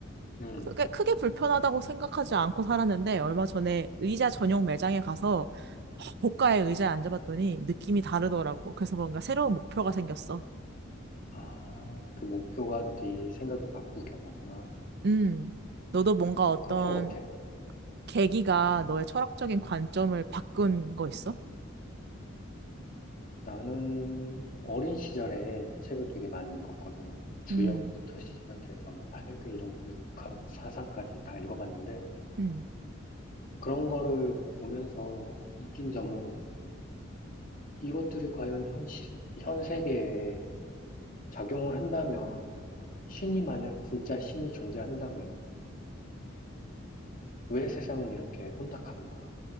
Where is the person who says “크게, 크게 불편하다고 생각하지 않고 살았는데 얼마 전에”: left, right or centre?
Right